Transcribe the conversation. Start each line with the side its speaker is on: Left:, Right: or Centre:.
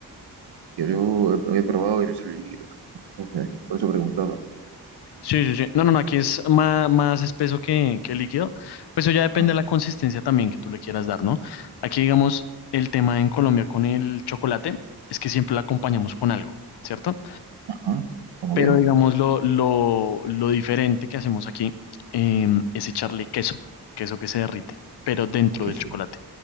Right: que yo he, he probado y me sale líquido. Entonces, por eso preguntaba.
Left: Sí, sí, sí. No, no, no, aquí es más, más espeso que, que líquido. Pues eso ya depende
Right: Ah,
Left: de la consistencia también que tú le quieras dar, ¿no? Aquí, digamos, el tema en Colombia con el chocolate es que siempre lo acompañamos con algo, ¿cierto?
Right: ah, ¿Cómo
Left: Pero,
Right: qué?
Left: digamos, lo, lo, lo diferente que hacemos aquí em, es echarle queso, queso que se derrite, pero dentro
Right: Queso.
Left: del chocolate.